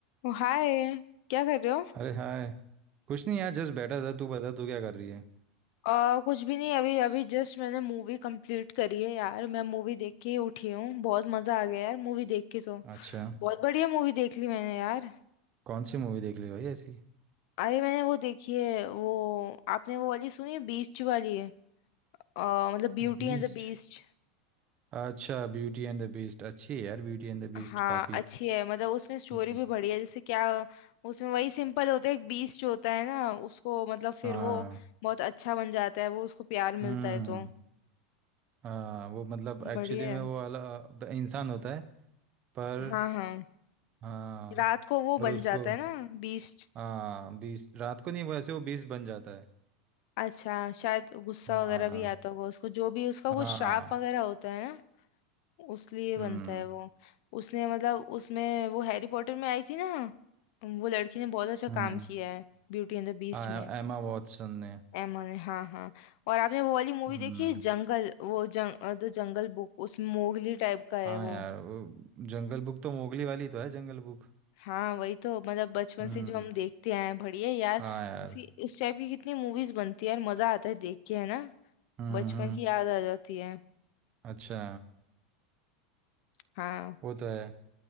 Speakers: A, on the left; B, on the right.
A: ओ, hi क्या कर रहे हो
B: अरे हाय कुछ नहीं यार जस्ट बैठा था तू बता तू क्या कर रही है
A: आ, कुछ भी नहीं अभी अभी जस्ट मैंने मूवी कंप्लीट करी है यार मैं मूवी देख के ही उठी हूँ बहुत मजा आ गया यार मूवी देख के तो
B: अच्छा
A: बहुत बढ़िया मूवी देख ली मैंने यार
B: कौन सी मूवी देख ली भाई ऐसी
A: अरे मैंने वो देखी है वो आपने वो वाली सुनी है बीस्ट वाली है आ, मतलब ब्यूटी
B: बीस्ट
A: एंड द बीस्ट
B: अच्छा ब्यूटी एंड द बीस्ट अच्छी है यार ब्यूटी एंड द बीस्ट
A: हाँ
B: काफ़ी
A: अच्छी है मतलब उसमें स्टोरी
B: हम्म।
A: भी बढ़िया है जैसे क्या उसमें वही सिंपल होता है एक बीस्ट जो होता है ना उसको मतलब फिर
B: हाँ
A: वो बहुत अच्छा बन जाता है वो उसको प्यार मिलता
B: हम्म
A: है तो
B: हाँ वो मतलब एक्चुअली
A: बढ़िया
B: में
A: है
B: वो वाला ब- इंसान होता है पर
A: हाँ हाँ
B: हाँ
A: रात को वो
B: पर
A: बन
B: उसको
A: जाता है ना बीस्ट
B: हाँ बीस रात को नहीं वैसे वो बीस बन जाता है
A: अच्छा शायद गुस्सा
B: हाँ
A: वगैरह भी आता होगा उसको जो भी उसका
B: हाँ
A: कुछ श्राप वगैरह होता है ना उस लिए बनता
B: हम्म
A: है वो उसने मतलब उसमें वो हैरी पॉटर में आई थी ना वो लड़की ने बहुत अच्छा
B: हम्म
A: काम किया है ब्यूटी एंड द बीस्ट
B: हाँ
A: में
B: एमा वॉटसन ने
A: एमा ने हाँ हाँ और आपने वो वाली मूवी
B: हम्म
A: देखी है जंगल वो जंग द जंगल बुक उसमें मोगली टाइप का है
B: हाँ
A: वो
B: यार वो जंगल बुक तो मोगली वाली तो है जंगल बुक
A: हाँ वही तो मतलब बचपन
B: हम्म
A: से जो हम देखते आए हैं बढ़िया यार
B: हाँ यार
A: उसी उस टाइप की कितनी मूवीज बनती है यार मजा आता है देख के है ना
B: हम्म
A: बचपन
B: हम्म
A: की याद आ जाती है
B: अच्छा
A: हाँ
B: वो तो है